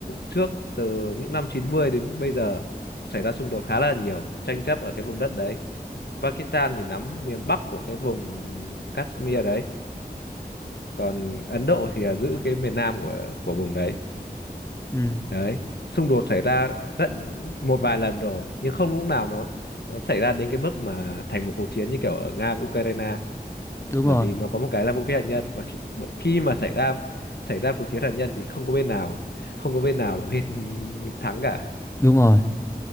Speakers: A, on the left; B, on the left.
A: trước từ những năm 90 đến bây giờ xảy ra xung đột khá là nhiều tranh chấp ở cái vùng đất đấy Pakistan thì nắm miền Bắc của cái vùng Kashmir đấy còn Ấn Độ thì là giữ cái miền Nam của của vùng đấy
B: ừ,
A: đấy xung đột xảy ra tận một vài lần rồi nhưng không lúc nào nó nó xảy ra đến cái mức mà thành một cuộc chiến như kiểu ở Nga với Ukraine
B: đúng
A: bởi
B: rồi,
A: vì nó có một cái là vũ khí hạt nhân mà khi bởi- khi mà xảy ra xảy ra cuộc chiến hạt nhân thì không có bên nào không có bên nào là bên <laughs> thắng cả
B: đúng rồi.